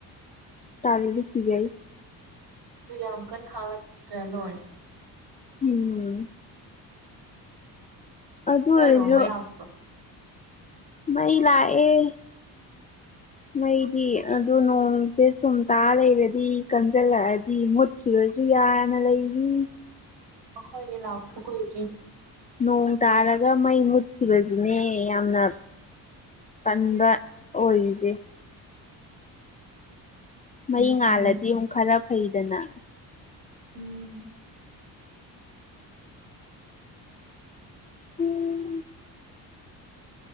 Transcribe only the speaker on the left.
ꯇꯥꯕꯤꯂꯤ ꯀꯤꯖꯩ
ꯎꯝ ꯑꯗꯨ ꯑꯣꯏꯔꯁꯨ
ꯃꯩ ꯂ ꯑꯦ ꯃꯩꯗꯤ ꯑꯗꯨ ꯅꯣꯡꯁꯦ ꯁꯨꯝ ꯇꯥ ꯂꯩꯔꯗꯤ ꯀꯟꯁꯤꯜꯂꯛꯑꯗꯤ ꯃꯨꯠꯈꯤꯕꯁꯨ ꯌꯥꯅ ꯂꯩꯔꯤ
ꯅꯣꯡ ꯇꯥꯔꯒ ꯃꯩ ꯃꯨꯠꯈꯤꯕꯁꯤꯅꯦ ꯌꯥꯝꯅ ꯀꯟꯕ ꯑꯣꯏꯔꯤꯁꯦ ꯃꯍꯩ
ꯉꯥꯜꯂꯗꯤ ꯑꯃꯨꯛ ꯈꯔ ꯍꯩꯗꯅ
ꯎꯝ